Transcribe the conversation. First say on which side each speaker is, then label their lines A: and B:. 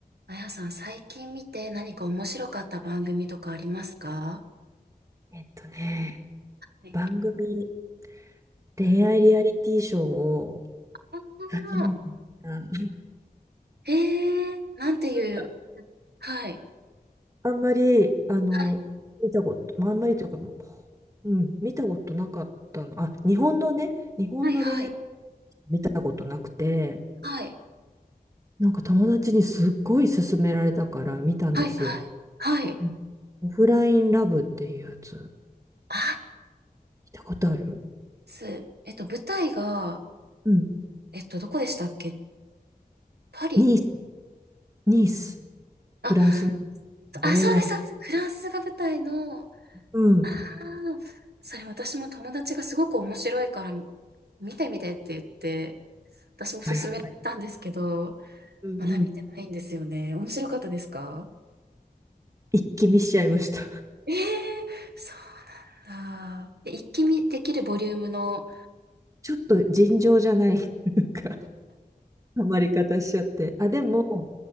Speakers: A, on the right; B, on the right.
A: あやさん、最近見て何か面白かった番組とかありますか
B: えっとね、
A: はい
B: 番組、恋愛リアリティショーを
A: うんあ
B: 初めて見た。なん
A: ー、へえ、なんていう、
B: か
A: はい、
B: あんまり、あの、
A: はい、
B: 見たこと、まああんまりというか、うん、見たことなかったの。あ、日本のね、日本の恋愛
A: はい、はい、
B: 見たことなくて、
A: はい、
B: なんか友達にすっごい勧められたから見たんですよ。
A: はい、はい、はい
B: うんオフラインラブっていうやつ、
A: あ、
B: 見たことある
A: す、えっと、舞台が、
B: うん。
A: えっと、どこでしたっけパリ
B: ニース、ニース、
A: あ、
B: フランスなん
A: あ、
B: で、
A: そうです、そうです。フランスが舞台の、あ
B: うん。
A: あ、それ私も友達がすごく面白いから見てみてって言って、私も勧めたんですけど、
B: あ、やっぱり。うんうん。
A: 花見てないんですよね。面白かったですか
B: 一気見しちゃいました。
A: ええそうなんだ。え一気見できるボリュームの、
B: ちょっと尋常じゃない、なんか、ハマり方しちゃって。あ、でも、